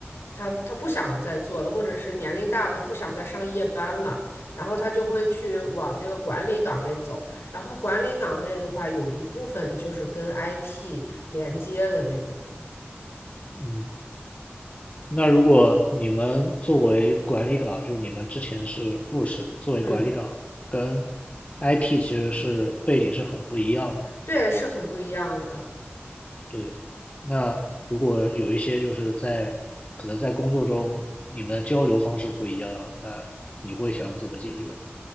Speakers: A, on the left; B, on the left.
A: 他他不想再做了，或者是年龄大了，他不想再上夜班了，然后他就会去往那个管理岗位走。然后管理岗位的话，有一部分就是跟 IT 连接的那种。
B: 嗯。那如果你们作为管理岗，就是你们之前是护士，作为管理岗跟
A: 嗯，
B: IT 其实是背景是很不一样的。
A: 对，是很不一样的。
B: 对，那如果有一些就是在可能在工作中你们的交流方式不一样，那你会想怎么解决